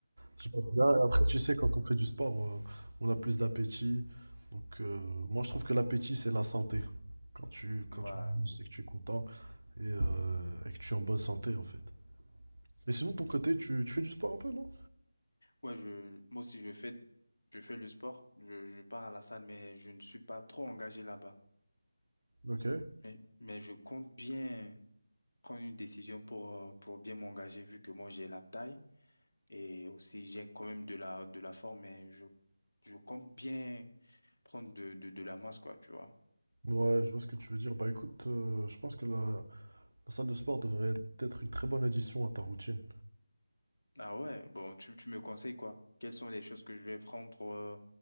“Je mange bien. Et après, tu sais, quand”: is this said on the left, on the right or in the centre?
Right